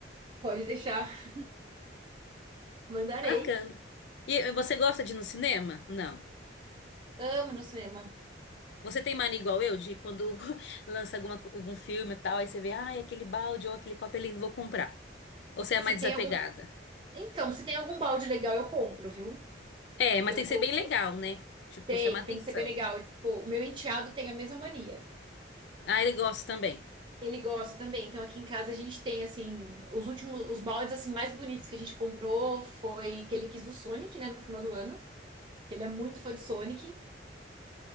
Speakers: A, on the right (about 25°); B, on the left (about 65°).
A: Pode deixar. Mandarei.
B: Bacana. E eh, você gosta de ir no cinema? Não.
A: Amo ir no cinema.
B: Você tem mania igual eu, de quando <laughs> lança alguma, co- algum filme e tal, aí você vê, ai, aquele balde ou aquele copo eu não vou comprar. Ou você é
A: Se
B: mais desapegada?
A: tem algum. Então, se tem algum balde legal, eu compro, viu?
B: É, mas
A: Eu
B: tem
A: compro.
B: que ser bem legal, né? Tipo,
A: Tem,
B: chamar atenção.
A: tem que ser bem legal. Tipo, meu enteado tem a mesma mania.
B: Ah, ele gosta também.
A: Ele gosta também. Então, aqui em casa a gente tem, assim, os últimos, os baldes, assim, mais bonitos que a gente comprou foi que ele quis do Sonic, né, no final do ano. Que ele é muito fã de Sonic.